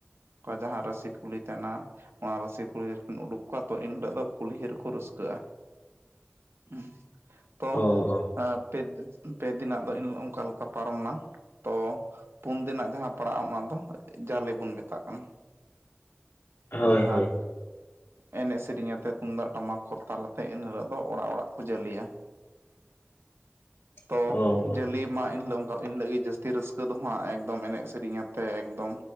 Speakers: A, on the right; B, on the left.
A: ᱚᱠᱟ ᱡᱟᱦᱟᱸ ᱨᱟᱹᱥᱤ ᱠᱩᱞᱦᱤ ᱛᱟᱦᱮᱱᱟ ᱚᱱᱟ ᱨᱟᱹᱥᱤ ᱠᱩᱞᱦᱤ ᱨᱮᱠᱤᱱ ᱩᱰᱩᱠ ᱠᱚᱣᱟ ᱛᱚ ᱮᱱ ᱦᱤᱞᱳᱜ ᱫᱚ ᱠᱩᱞᱦᱤ ᱨᱮᱠᱚ ᱨᱟᱹᱥᱠᱟᱹᱜᱼᱟ ᱦᱩᱸ ᱛᱚ
B: ᱚ ᱚ
A: ᱟ ᱯᱮ ᱯᱮ ᱫᱤᱱᱟᱜ ᱫᱚ ᱮᱱ ᱦᱤᱞᱚᱜ ᱚᱱᱠᱟ ᱞᱮᱠᱟ ᱯᱟᱨᱚᱢ ᱮᱱᱟ ᱛᱚ ᱯᱩᱱ ᱫᱤᱱᱟᱜ ᱡᱟᱦᱟᱸ ᱯᱟᱲᱟᱜᱼᱟ ᱚᱱᱟ ᱫᱚ ᱡᱟᱞᱮ ᱵᱚᱱ ᱢᱮᱛᱟᱜ ᱠᱟᱱᱟ
B: ᱦᱳᱭ
A: ᱡᱟᱦᱟᱸ
B: ᱦᱳᱭ
A: ᱮᱱᱮᱜ ᱥᱮᱨᱮᱧ ᱟᱛᱮ ᱛᱩᱢᱫᱟᱜ ᱴᱟᱢᱟᱠ ᱠᱚ ᱛᱟᱞᱛᱮ ᱮᱱ ᱦᱤᱞᱳᱜ ᱫᱚ ᱚᱲᱟᱜ ᱚᱲᱟᱜ ᱠᱚ ᱡᱟᱞᱮᱭᱟ
B: <unintelligible>
A: ᱛᱚ
B: ᱚ ᱚ
A: ᱡᱟᱹᱞᱤ ᱢᱟ ᱮᱱᱦᱤᱞᱳ ᱟᱫᱚ ᱮᱱᱦᱤᱞᱳᱜ ᱜᱮ ᱡᱟᱹᱥᱛᱤ ᱨᱟᱹᱥᱠᱟᱹ ᱫᱚ ᱦᱟᱸᱜ ᱮᱠᱫᱚᱢ ᱮᱱᱮᱡ ᱥᱮᱨᱮᱧ ᱟᱛᱮᱫ ᱮᱠᱫᱚᱢ